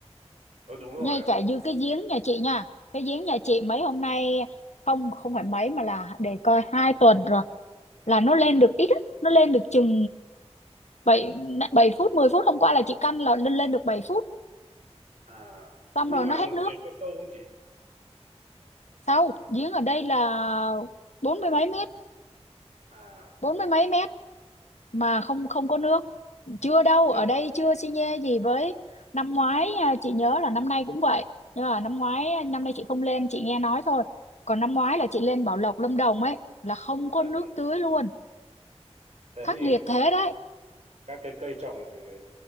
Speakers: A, on the right (about 80°); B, on the left (about 85°).
A: ờ đúng rồi
B: ngay
A: á.
B: cả như cái giếng nhà chị nha. Cái giếng nhà chị mấy hôm nay không không phải mấy mà là để coi hai tuần rồi là nó
A: Vâng.
B: lên được ít á, nó lên được chừng bảy 7 phút 10 phút hôm qua là chị căn là lên lên được 7 phút,
A: À
B: xong
A: nhưng
B: rồi
A: mà
B: nó hết nước.
A: giếng có sâu không chị?
B: Sau giếng ở đây là bốn mươi mấy mét,
A: À
B: bốn mươi mấy mét mà không không có nước chưa đâu
A: tiếp
B: ở đây chưa xi nhê gì với năm ngoái à, chị nhớ là năm nay cũng vậy nhưng mà năm ngoái à, năm nay chị không lên chị nghe nói thôi còn năm ngoái là chị lên Bảo Lộc Lâm Đồng ấy là không có
A: dạ
B: nước
A: vâng.
B: tưới luôn
A: thế
B: khắc
A: thì
B: nghiệt thế đấy
A: các cái cây trồng thì